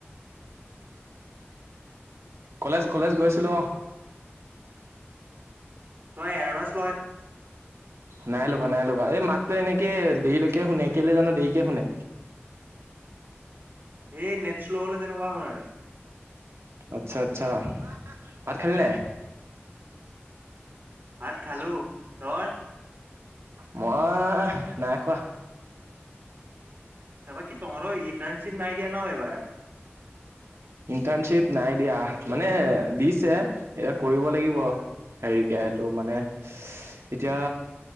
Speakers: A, on the right; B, on the right.
A: <unintelligible>
B: কলেজ কলেজ গৈছিলোঁ অ'।
A: ত ইয়াৰ বছ
B: নাই লগা নাই লগা এই মাত্ৰো এনেকে দেলৈকে কে শুনে কেলে জানো দেকে শুনে।
A: এই নেট শ্ল' হলে তেনেকুৱা হয় নাই।
B: আচ্ছা আচ্ছা ভাত খেলনে?
A: ভাত খালো তই?
B: মই নাই খোৱা।
A: তাৰাপ কি তহৰো ইণ্টাৰ্ণশ্বিপ নাই দিয়া ন এইবাৰ।
B: ইণ্টাৰণশ্বিপ নাই দিয়া মানে দিছে এতিয়া কৰিব লাগিব। হেৰিকে এইটো মানে এতিয়া